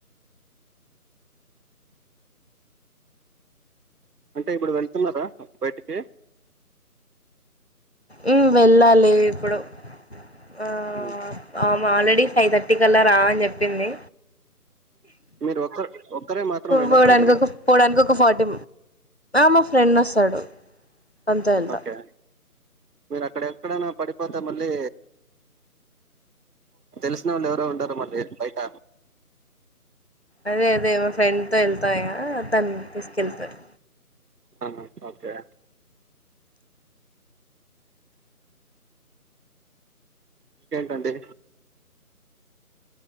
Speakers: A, on the right; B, on the left.
A: అంటే ఇప్పుడు వెళ్తున్నారా బయటికి
B: ఉమ్ వెళ్ళాలి ఇప్పుడు ఆ
A: ఉమ్,
B: ఆల్రెడీ ఫైవ్ థర్టీ కల్లా రా అని చెప్పింది
A: మీరు ఒకరు ఒక్కరే మాత్రం వెళ్ళకండి
B: పోవడానికి ఒక పోవడానికి ఒక ఫార్టీ మా ఫ్రెండ్ వస్తాడు తనతో వెళ్తా
A: ఓకే మీరు అక్కడ ఎక్కడైనా పడిపోతే మళ్ళీ తెలిసిన వాళ్ళు ఎవరో ఉండార మళ్ళీ బయట
B: అదే అదే మా ఫ్రెండ్ తో వెళ్తాంది ఇగ తను తీసుకెళ్తాది
A: ఆ ఓకే ఇంకేంటండి